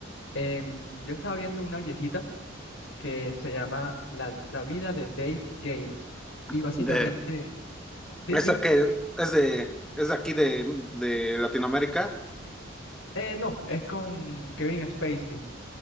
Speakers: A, on the left; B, in the centre.
A: Em, yo estaba viendo una viejita que se llama La, La vida de Dave Gale y básicamente,
B: De
A: sí,
B: esa
A: sí,
B: que es de, es de aquí de, de Latinoamérica.
A: eh, no, es con Kevin Spacey.